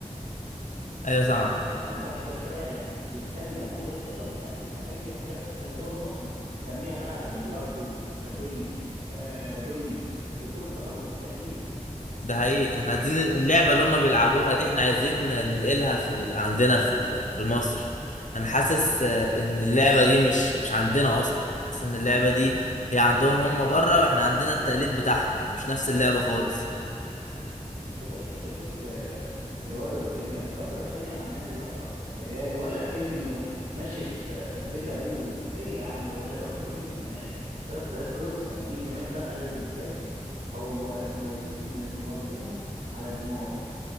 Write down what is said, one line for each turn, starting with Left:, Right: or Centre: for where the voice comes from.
Left: ايوه سامعك
Right: لو الماتش ده فعلا بيتسمى كره قدم لا يبقى اي حاجه بتحصل في الدوري المصري سميها بقى بلياردو آه، بينج آه، بيلي لكن كره قدم مستحيل
Left: ده حقيقي احنا عايزين اللعبة اللي هما بيلعبوها دي احنا عايزين ننقلها في ال... عندنا في ال... في مصر انا حاسس آه، ان اللعبة دي مش مش عندنا اصلا حاسس ان اللعبة دي هي عندهم هما بره واحنا عندنا التقليد بتاعها يعني مش نفس اللعبة خالص
Right: يا باشا انت شفت آه، الواد رافينيا الواد رافينيا عمال يرقص في العيال ولا كأنه ماشي في آه، بيت ابوه ايه يا عم ولا الواد لامين يامال ده ده قصه لامين يامال ده انا بالنسبه لي هو مزيج من رونالدينو على نيمار